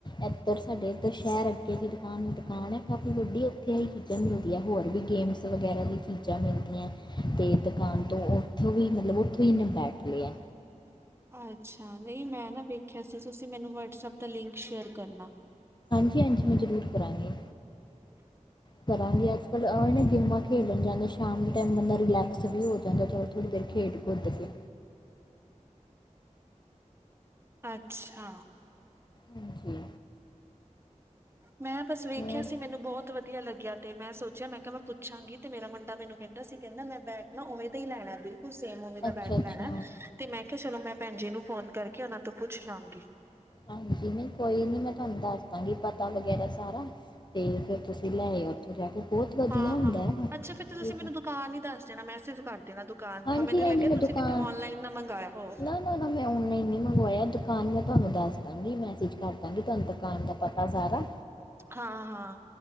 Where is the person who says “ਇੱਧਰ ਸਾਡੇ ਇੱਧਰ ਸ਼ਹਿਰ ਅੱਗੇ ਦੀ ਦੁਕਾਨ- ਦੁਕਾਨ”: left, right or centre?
Left